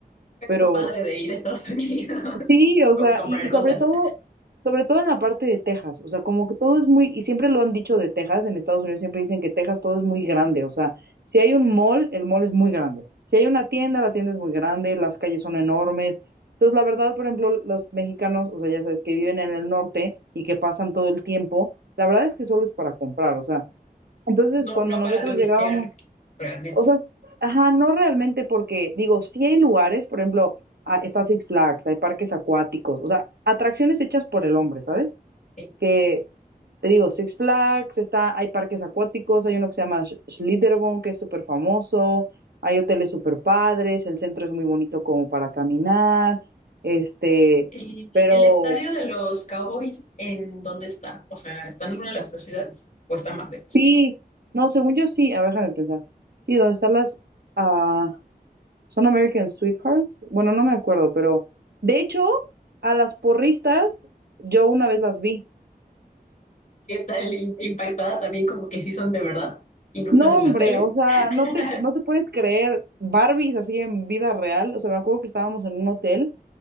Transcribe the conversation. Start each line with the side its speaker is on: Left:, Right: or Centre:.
Left: Es
Right: pero
Left: lo padre de ir a Estados Unidos, <laughs>
Right: sí, o
Left: co-
Right: sea,
Left: comprar
Right: y, y sobre
Left: cosas.
Right: todo, sobre todo en la parte de Texas, o sea, como que todo es muy, y siempre lo han dicho de Texas, en Estados Unidos siempre dicen que Texas todo es muy grande, o sea, si hay un mall, el mall es muy grande, si hay una tienda, la tienda es muy grande, las calles son enormes. Entonces, la verdad, por ejemplo, los mexicanos, o sea, ya sabes, que viven en el norte y que pasan todo el tiempo, la verdad es que solo es para comprar, o sea, entonces
Left: No,
Right: cuando
Left: no
Right: nosotros
Left: para turistear,
Right: llegábamos...
Left: realmente.
Right: O sea, s- ajá, no realmente porque, digo, sí hay lugares, por ejemplo, ah, está Six Flags, hay parques acuáticos, o sea, atracciones hechas por el hombre, ¿sabes?
Left: Sí.
Right: Que, te digo, Six Flags, está, hay parques acuáticos, hay uno que se llama Sch- Schlitterbahn, que es súper famoso, hay hoteles súper padres, el centro es muy bonito como para caminar, este,
Left: ¿El,
Right: pero
Left: el estadio de los Cowboys en dónde está? O sea, ¿está en alguna de las tres ciudades o está más lejos?
Right: sí, no, según yo sí, a ver, déjame pensar, sí, donde están las, ah, Son American Sweethearts. Bueno, no me acuerdo, pero de hecho, a las porristas yo una vez las vi.
Left: ¿Qué tal in- impactada también como que sí son de verdad y no
Right: No,
Left: están en
Right: hombre,
Left: la tele?
Right: o sea,
Left: <laughs>
Right: no te, no te puedes creer Barbies así en vida real. O sea, me acuerdo que estábamos en un hotel